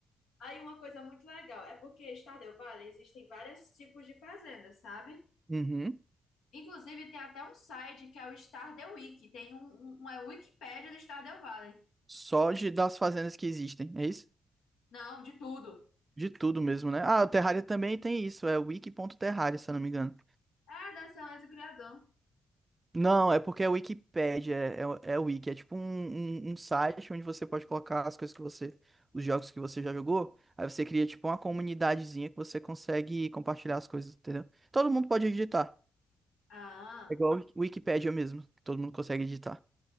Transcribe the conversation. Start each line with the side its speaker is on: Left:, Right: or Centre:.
Left: Aí uma coisa muito legal é porque Stardew Valley existem vários tipos de fazendas, sabe?
Right: Uhum.
Left: Inclusive tem até um site que é o Stardew Wiki, tem um, um- uma Wikipédia do Stardew Valley.
Right: Só de, das fazendas que existem, é isso?
Left: Não, de tudo.
Right: De tudo mesmo, né? Ah, o Terraria também tem isso, é wiki.terraria, se eu não me engano.
Left: Ah, da excelência do criador.
Right: Não, é porque é Wikipédia, é, é, é wiki, é tipo um, um, um site onde você pode colocar as coisas que você, os jogos que você já jogou, aí você cria tipo uma comunidadezinha que você consegue compartilhar as coisas, entendeu? Todo mundo pode editar,
Left: Ah,
Right: é igual Wiki- Wikipédia mesmo, que todo mundo consegue editar.